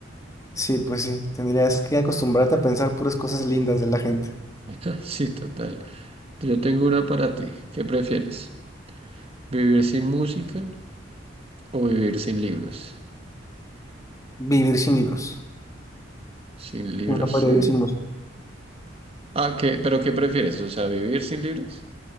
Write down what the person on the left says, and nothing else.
Sí, pues sí, tendrías que acostumbrarte a pensar puras cosas lindas de la gente.
Vivir sin libros.
Yo no podría
vivir sin música.